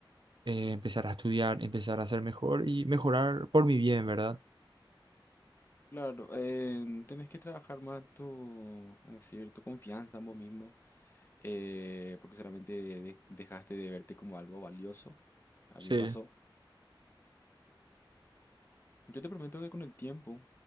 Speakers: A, on the right; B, on the left.
A: eh, empezar a estudiar, empezar a ser mejor y mejorar por mi bien, ¿verdad?
B: Claro, eh, tenés que trabajar más tu, ¿cómo decir? tu confianza en vos mismo, eh, porque solamente de- dejaste de verte como algo valioso. A
A: Sí,
B: mí me pasó. Yo te prometo que con el tiempo